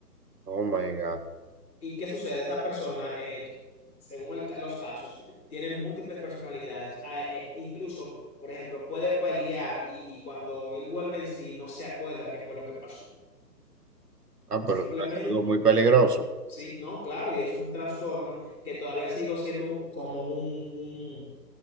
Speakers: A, on the right; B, in the centre.
A: Oh my God.
B: ¿Y qué sucede? Esas personas, eh, según el ca- los casos, tienen múltiples personalidades. Ah, eh, incluso, por ejemplo, puede pelear y, y cuando él vuelve en sí no se acuerda qué fue lo que pasó.
A: Ah, pero
B: Simplemente,
A: eso es algo muy peligroso.
B: sí, no, claro, y eso es un trastorno que todavía sigo siendo como un,